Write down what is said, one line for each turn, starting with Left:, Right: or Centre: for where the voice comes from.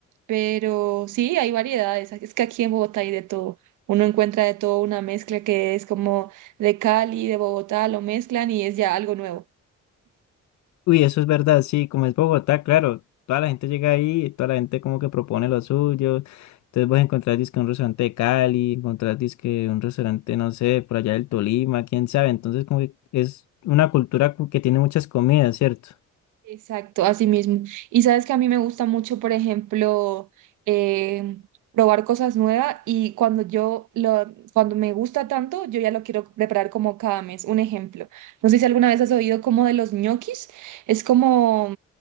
Right: Pero sí, hay variedades. Es que aquí en Bogotá hay de todo. Uno encuentra de todo una mezcla que es como de Cali, de Bogotá, lo mezclan y es ya algo nuevo.
Left: Uy, eso es verdad, sí, como es Bogotá, claro, toda la gente llega ahí, toda la gente como que propone lo suyo. Entonces vas a encontrar dizque un restaurante de Cali, encontrar dizque un restaurante, no sé, por allá del Tolima, quién sabe. Entonces como que es una cultura cu- que tiene muchas comidas, ¿cierto?
Right: Exacto, así mismo. Y sabes que a mí me gusta mucho, por ejemplo, eh, probar cosas nuevas y cuando yo lo, cuando me gusta tanto, yo ya lo quiero preparar como cada mes. Un ejemplo, no sé si alguna vez has oído como de los ñoquis, es como